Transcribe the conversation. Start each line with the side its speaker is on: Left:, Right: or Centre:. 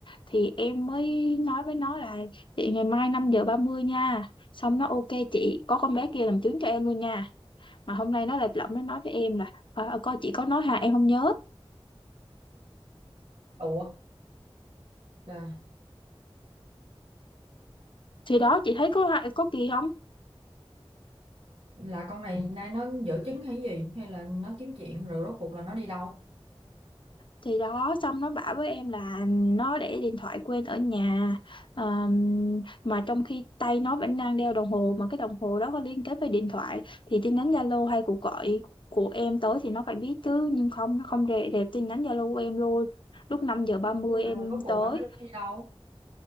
Left: thì em mới nói với nó là chị ngày mai 5 giờ 30 nha xong nó ok chị có con bé kia làm chứng cho em luôn nha mà hôm nay nó lại lộng nó nói với em là "Ờ, ờ, coi chị có nói hà em không nhớ
Right: Ủa, là,
Left: thì đó chị thấy có hại có kỳ không
Right: là con này nay nó dở chứng hay gì? Hay là nó kiếm chuyện rồi rốt cuộc là nó đi đâu?
Left: thì đó xong nó bảo với em là nó để điện thoại quên ở nhà Ờm, mà trong khi tay nó vẫn đang đeo đồng hồ mà cái đồng hồ đó có liên kết với điện thoại thì tin nhắn Zalo hay cuộc gọi của em tới thì nó phải biết chứ nhưng không nó không rè- rẹp tin nhắn Zalo của em luôn lúc 5 giờ ba mươi
Right: Nhưng mà
Left: em
Right: Rồi rốt cuộc
Left: tới
Right: là nó đi đâu?